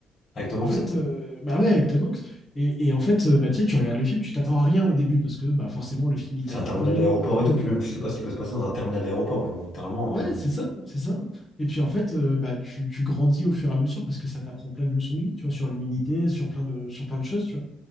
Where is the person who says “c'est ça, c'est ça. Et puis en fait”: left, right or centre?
Left